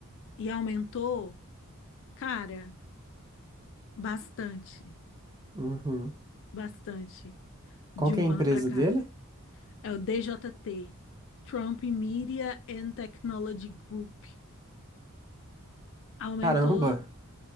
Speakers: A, on the left; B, on the right.
A: e aumentou, cara, bastante.
B: Uhum.
A: Bastante. De
B: Qual que
A: um
B: é a empresa
A: ano para cá.
B: dele?
A: É o DJT, Trump Media and Technology Group. Aumentou,
B: Caramba,